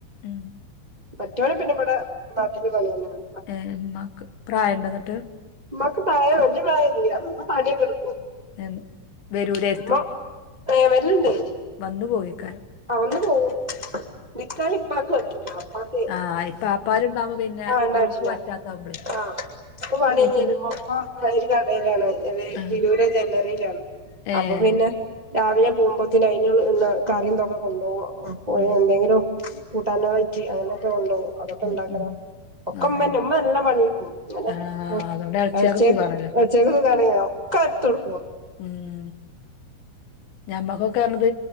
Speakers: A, on the left; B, on the right.
A: ഉം
B: മറ്റേ ആള് പിന്നെമ്പടെ നാട്ടില് പണി തന്നയയാണ്.
A: ഏഹ് ഉമ്മാക്ക് പ്രായോണ്ടന്നിട്ട്.
B: മ്മാക്ക് പ്രയം വലിയ പ്രയം ഒന്നുല്ല ഉമ്മ പണിയൊക്കെട്ക്കും.
A: എൻ വെരൂലെ.
B: മ്മ ഏഹ് വെര്ല്ണ്ട്.
A: വന്ന് പോയിക്കാരം.
B: ആഹ് വന്ന് പോവും നിക്കല് ഇപ്പക്ക്പറ്റൂല. പ്പാക്കെ
A: ആഹ് ഇപ്പാപ്പാരുണ്ടാവുമ്പോ പിന്നെ
B: ആഹ് ണ്ടായിട്ടില്ല
A: ഓൽക്ക് പറ്റാത്താവുമ്പളേ
B: ആഹ്. പ്പൊ പണിഞ്ഞെരുമ്പേ
A: ഓൽക്ക്
B: പ്പൊ ഒരു കടെലാണ് ര്
A: ആഹ്
B: തിരൂര് ഒര് ജ്വല്ലറീലാണ്.
A: ഏഹ്
B: അപ്പൊ പിന്നെ. രാവിലെ പോവുമ്പോത്തിന് അയ്ന്ള്ള കറിം ഇതൊക്കെ കൊണ്ടേവും അപ്പൊയ്
A: ഉം
B: എന്തെങ്കിലും. കൂട്ടാനായിട്ട് അങ്ങനെക്കെ കെണ്ടോവും അതൊക്കെ
A: ഉം
B: ഉണ്ടാക്കണം.
A: ഉം
B: ഒക്കെ
A: അതന്നെ
B: മ്മന്നെ മ്മ നല്ല പണിയെട്ക്കും ങ്ങനെ
A: ആഹ്
B: എ
A: അതോണ്ട് എളച്ചിയാക്ക്
B: അട്ചേകു
A: സുഖാണല്ലോ
B: ചെകിട് നനയുവോ ഒക്കെ എടുത്ത് കൊടുക്കുവോ
A: ഉം ഞമ്മക്കൊക്കാർന്നത്